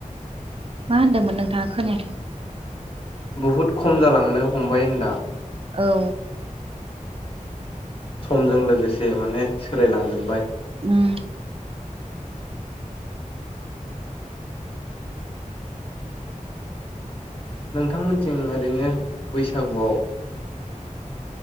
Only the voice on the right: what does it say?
मा होन्दोंमोन नोंथाङा खोनायाखै
औ
ओम